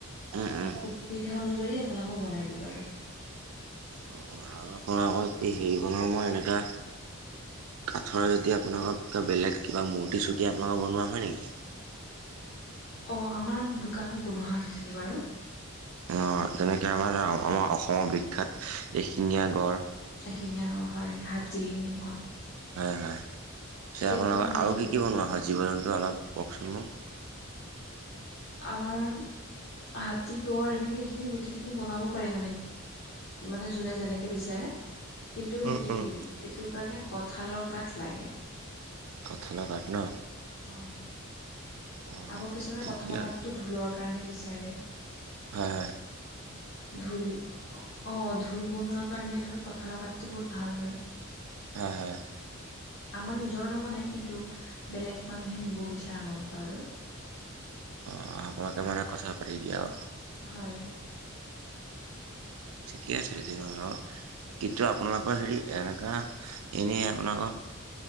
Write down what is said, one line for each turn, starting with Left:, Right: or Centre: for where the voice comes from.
Right: উম, উম।
Left: খুব সুবিধা অনুযায়ী আপোনালোকক বনাই দিব আৰু।
Right: অ', আৰু আপোনালোকৰ যদি হেৰি বনাও মই এনেকা কাঠৰ যদি আপোনালোকৰ কিবা বেলেগ কিবা মূৰ্তি-চূৰ্তি আপোনালোকৰ বনোৱা হয় নেকি।
Left: অ', আমাৰ দোকানত বনোৱা হয় সেইখিনি বাৰু।
Right: অ, যেনেকে আমাৰ, আমাৰ অসমৰ বিখ্যাত এশিঙীয়া গঁড়।
Left: ৰহিঙীয়া গড় হয়, হাতী এনেকুৱা।
Right: হয়, হয় পিছে
Left: সেইটো
Right: আপোনালোকৰ
Left: হেৰি
Right: আৰু কি কি বনোৱা হয় জীৱ-জন্তু অলপ কওকচোন মোক।
Left: আমাৰ হাতী, গঁড় এনেকে এইখিনি গোটেইখিনি বনাব পাৰি মানে। মানে যোনে যেনেকে বিচাৰে, কিন্তু
Right: উম,
Left: হেৰি
Right: উম।
Left: সেইটো কাৰণে কঠালৰ কাঠ লাগে।
Right: কঁঠালৰ কাঠ ন।
Left: অ'
Right: অ',
Left: আকৌ কিছুমানে
Right: ঠিকেই
Left: কঁঠালৰ
Right: আৰু
Left: কাঠটো ঢোলৰ কাৰণে বিচাৰে।
Right: হয়-হয়।
Left: ঢোল অ, ঢোল বনোৱাৰ কাৰণে ধৰ কঁঠালৰ কাঠটো বহুত ভাল হয়।
Right: হয়-হয়।
Left: আমাৰ নিজৰ নৱনাই কিন্তু বেলেগ মানুহে নিব বিচাৰে আমাৰ পৰা আৰু।
Right: অ, অ, আপোনালোকে মানে কথা পাতি দিয়ে আও।
Left: হয়।
Right: ঠিকে আছে তেতিয়াহলে বাও। কিন্তু আপোনালোকৰ হেৰি এনেকুৱা এনেই আপোনালোকৰ